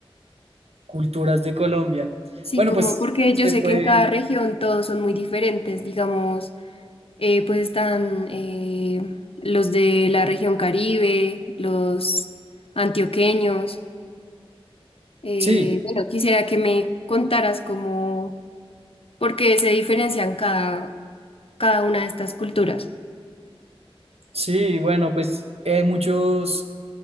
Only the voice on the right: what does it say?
culturas de Colombia.
Bueno,
pues
se
puede.
Sí,
sí, bueno, pues eh, hay muchos.